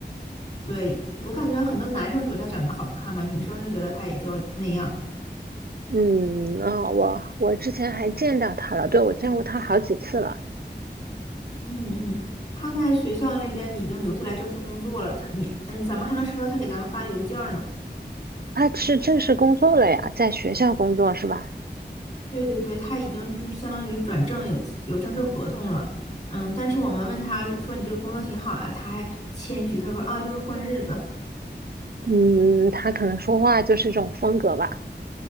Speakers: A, on the left; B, on the right.
A: 对，我感觉很多男生觉得他长得好看嘛，女生就觉得他也就那样。
B: 嗯，哦，我我之前还见到他了，对，我见过他好几次了。
A: 嗯嗯，他在学校那边已经留下来正式工作了，他你嗯，咱们还能收到他给咱们发邮件儿呢。
B: 他是正式工作了呀，在学校工作是吧？
A: 对对对，他已经就是相当于转正有有正式合同了，嗯，但是我们问他说你这个工作挺好呀，他还谦虚，他说啊就是混日子，
B: 嗯，他可能说话就是这种风格吧。